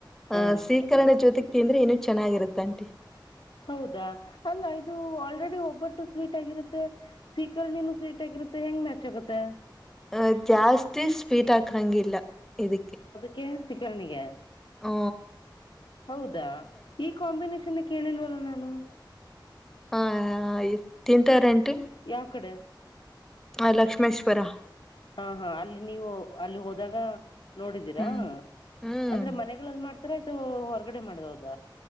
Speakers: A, on the left; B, in the centre.
A: ಹ್ಮ್
B: ಅ ಸೀ ಕರಣೇ ಜೋತಿಗೆ ತಿಂದ್ರೆ ಇನು ಚೆನ್ನಾಗಿರುತ್ತೆ ಅಂಟಿ
A: ಹೌದಾ ಅಲ್ಲ ಇದು ಆಲ್ರೆಡಿ ಒಬ್ಬಟ್ಟು ಸ್ವೀಟ್ ಆಗಿರುತ್ತೆ ಸೀಕರಣೆನು ಸೀಟ್ ಆಗಿರುತ್ತೆ ಹೆಂಗ್ ಮ್ಯಾಚ್ ಆಗುತ್ತೆ
B: ಅ ಜಾಸ್ತಿ ಸ್ಪೀಟ್ ಹಾಕಂಗಿಲ್ಲ ಇದಕ್ಕೆ.
A: ಕೆ ಸಿಕರಣೆಗೆ
B: ಹು
A: ಹೌದಾ ಈ ಕಾಂಬಿನೇಷನ್ ಕೇಳಿಲ್ವಲ್ಲ ನಾನು.
B: ಹಾ ತಿಂತಾರ ಆಂಟಿ.
A: ಯಾವ ಕಡೆ?
B: ಆ ಲಕ್ಷ್ಮೇಶ್ವರ.
A: ಹಾ ಹಾ ಅಲ್ಲಿ ನೀವು ಅಲ್ಲಿ ಹೋದಾಗ ನೋಡಿದೀರಾ
B: ಹ್ಮ್ ಹ್ಮ್
A: ಅಂದ್ರೆ ಮನೆಗಳಲ್ಲಿ ಮಾಡ್ತ ಹತ್ರ <unintelligible> ಹೊರಗಡೆ ಮಾಡಿದ್ ಹೌದ